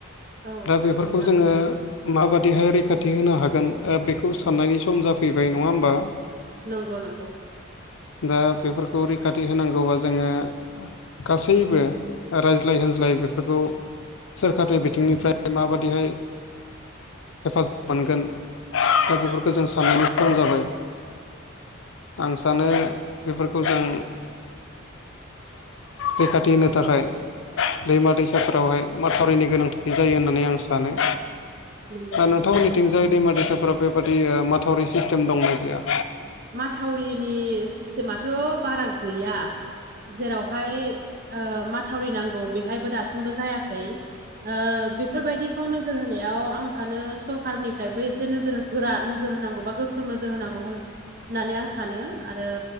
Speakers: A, on the right (about 45°); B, on the left (about 70°).
A: औ
B: दा बेफोरखौ
A: नोंथां
B: जोङो
A: नंगौ
B: माबादिहाय रैखाथि होनो हागोन ओ बेखौ साननायनि सम जाफैबाय नङा होमबा?
A: नोंगौ नोंगौ।
B: दा बेफोरखौ रैखाथि होनांगौबा जोङो आ गासैबो रायज्लाय होनज्लाय बेफोरखौ सोरखारनि बिथिंनिफ्राय माबादिहाय? हेफाजाब मोनगोन दा बेफोरखौ जों साननायनि सम जाबाय। आं सानो बेफोरखौ जों रैखाथि होनो थाखाय दैमा दैसाफोरावहाय मा थावरिनि गोनांथि जायो होननानै आं सानो।
A: नंगौ
B: नोंथांमोननिथिंजाय दैमा दैसाफोराव बेबादि माथावरि सिस्टेम दंना गैया?
A: माथावरिनि सिस्टेमाथ' बारा गैया। जेरावहाय ओ माथावरि नांगौ बेहायबो दासिमबो जायाखै। ओ बेफोरबायदिखौ नोजोर होनायाव आं सानो सरखारनिफ्रायबो एसे नोजोर हो गोरा नोजोर होनांगौ बा गोख्रों नोजोर होनांगौ होन्स होननानै आं सानो आरो